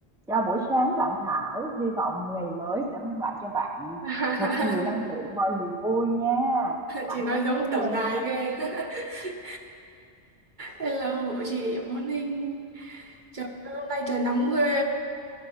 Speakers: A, in the centre; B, on the right (about 45°).
A: Chào buổi sáng bạn Thảo, hy vọng ngày mới sẽ mang lại cho bạn
B: <laughs>
A: thật nhiều năng lượng và niềm vui nha. Bạn
B: chị nói
A: khỏe
B: giống
A: không
B: tổng
A: nè?
B: đài ghê <laughs> hello của chị morning trời ơi, hôm nay trời nóng ghê